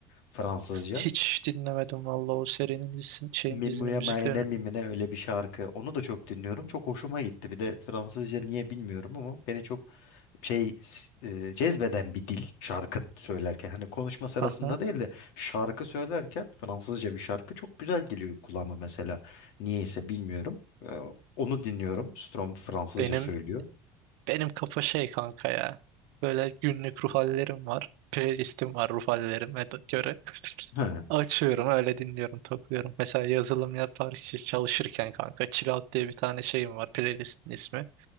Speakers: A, on the left (about 80°); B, on the right (about 75°).
A: Fransızca.
B: Hiç dinlemedim vallahi o serinin dizisinin şeyin
A: Mimuya
B: dizinin müziklerini.
A: Mayene Mimine öyle bir şarkı. Onu da çok dinliyorum. Çok hoşuma gitti. Bir de Fransızca niye bilmiyorum ama beni çok şey e, cezbeden bir dil şarkı söylerken. Hani konuşma sırasında
B: Hı hı.
A: değil de şarkı söylerken Fransızca bir şarkı çok güzel geliyor kulağıma mesela. Niyeyse bilmiyorum. E, onu dinliyorum. Strom Fransızca
B: Benim
A: söylüyor.
B: Benim kafa şey kanka ya. Böyle günlük ruh hallerim var. Playlistim var ruh hallerime de- göre. <laughs>
A: Ha,
B: Açıyorum öyle dinliyorum takılıyorum. Mesela yazılım yapar çalışırken kanka Chill Out diye bir tane şeyim var playlistin ismi.